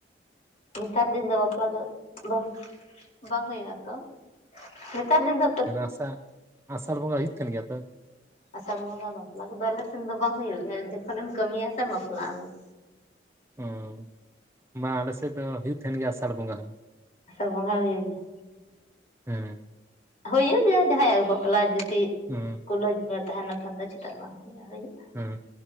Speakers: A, on the left; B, on the right.
A: ᱱᱮᱛᱟᱨ ᱫᱤᱱ ᱫᱚ ᱵᱟᱯᱞᱟ ᱫᱚ ᱵᱟᱝ ᱵᱟᱝ ᱦᱩᱭᱩᱜᱼᱟ᱾ ᱱᱮᱛᱟᱨ ᱫᱤᱱ ᱫᱚ
B: ᱟᱥᱟ ᱟᱥᱟᱲ ᱵᱚᱸᱜᱟ ᱦᱩᱭᱩᱜ ᱛᱟᱦᱮᱱ ᱜᱮᱭᱟ ᱛᱚ
A: ᱟᱥᱟᱲ ᱵᱚᱸᱜᱟ ᱵᱟᱯᱞᱟ ᱠᱚᱫᱚ ᱟᱞᱮ ᱥᱮᱱ ᱫᱚ ᱵᱟᱝ ᱦᱩᱭᱩᱜ ᱜᱮᱭᱟ ᱡᱚᱠᱷᱚᱱ ᱮᱢ ᱠᱟᱹᱢᱤᱭᱟ ᱥᱮᱢ ᱵᱟᱯᱞᱟᱜ-ᱟ ᱵᱚᱞᱮ
B: ᱚᱸ ᱵᱟᱝ ᱟᱞᱮ ᱥᱮᱫ ᱫᱚ ᱦᱩᱭᱩᱜ ᱛᱟᱦᱮᱱ ᱜᱮᱭᱟ ᱟᱥᱟᱲ ᱵᱚᱸᱜᱟ ᱦᱚᱸ
A: ᱟᱥᱟᱲ ᱵᱚᱸᱜᱟ ᱦᱩᱭᱩᱜ ᱜᱮᱭᱟ
B: ᱦᱮᱸ
A: ᱦᱩᱭᱩᱜ ᱜᱮᱭᱟ ᱡᱟᱦᱟᱸᱭᱟᱜ ᱵᱟᱯᱞᱟ ᱡᱩᱫᱤ
B: ᱦᱮᱸ
A: ᱛᱩᱞᱟᱹ ᱡᱷᱟᱹ ᱛᱟᱦᱮ ᱞᱮᱱ ᱠᱷᱟᱱ ᱫᱚ ᱪᱮᱫᱟᱜ ᱵᱟᱝ ᱦᱩᱭᱩᱜᱼᱟ
B: ᱦᱮᱸ